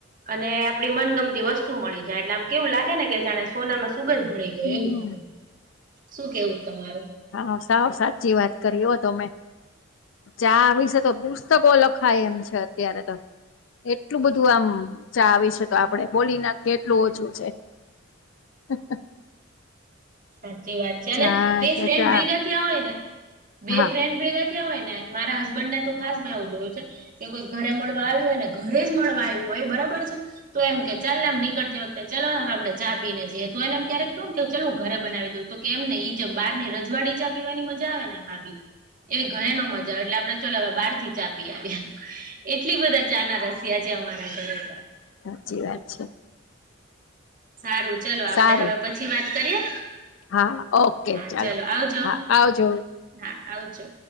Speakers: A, on the right; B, on the left.
A: અને આપડી મનગમતી વસ્તુ મળી જાય એટલે આમ કેવું લાગે ને જાણે સોનામાં સુગંધ ભણી,
B: હમ
A: <unintelligible> શું કેવું તમારું.
B: હા સાવ સાચી વાત કરી હો તો ચા આવી છે, તો <unintelligible> પુસ્તકો લખાય એમ છે, અત્યારે તો એટલું બધું આમ ચા આવી છે, તો આપડે બોલી નાખીએ એટલું ઓછું છે. <unintelligible> <inaudible>
A: સાચી વાત છે, અને
B: ચા
A: બે
B: કે
A: ફ્રેન્ડ
B: ચા
A: ભેગા થયાં હોય ને બે
B: હા
A: ફ્રેન્ડ ભેગા હોય ને મારા હસબન્ડ ને તો ખાસ મેં એવું જોયું છે. કે કોઈ ઘરે મળવા આવ્યું હોય ને ઘરે જ મળવા આવ્યું હોય બરાબર છે. તો એમ કે ચાલ ને એમ નીકળતી વખતે ચો આપડે ચા પીને જીએ તો એનેમ ક્યારેક કહ કે ચલું ઘરે બનાવી તો એમ નઈ બહારની રજવાડી ચા પીવાની મજા આવે ને ભાભી એવી ઘરે નો મજા આવે એટલે આપડે ચલો હવે બાર થી ચા પી આવીએ એટલી બધા ચાના રસિયા છેે, અમારા ઘરે
B: સાચી વાત છે.
A: સારું ચલો આપડે
B: સારું
A: હવે પછી વાત કરીએ
B: હા ઓકે
A: હા
B: ચાલો
A: ચલો આવજો
B: હા આવજો
A: હા આવજો